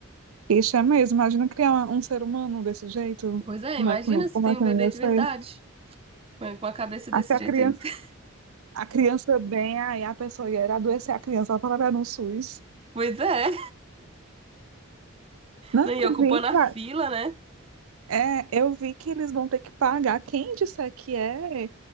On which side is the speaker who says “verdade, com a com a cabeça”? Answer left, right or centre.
Right